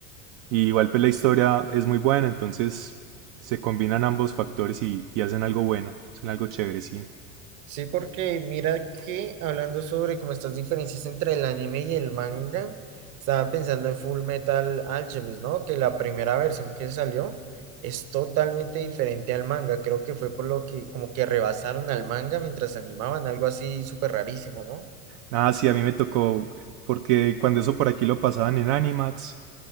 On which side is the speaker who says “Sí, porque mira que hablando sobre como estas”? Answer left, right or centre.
Right